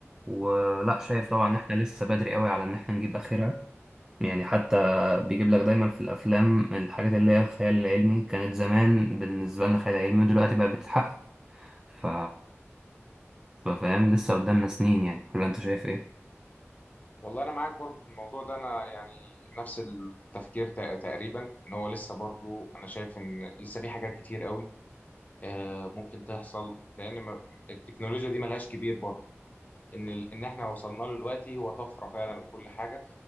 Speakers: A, on the right; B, on the left.
A: ولا شايف طبعا ان احنا لسه بدري قوي على ان احنا نجيب اخرها يعني حتى بيجيب لك دايما في الافلام الحاجات اللي هي الخيال العلمي كانت زمان بالنسبه لنا خيال علمي ودلوقتي بقى بتتحقق ف فاهم لسه قدامنا سنين يعني ولا انت شايف ايه
B: والله انا معاك برضو في الموضوع ده انا يعني نفس التفكير تق- تقريبا ان هو لسه برضو انا شايف ان لسه في حاجات كتير قوي آه، ممكن تحصل لان ما- التكنولوجيا دي ملهاش كبير برضه ان ال- ان احنا وصلنا له دلوقتي هو طفره فعلا وكل حاجه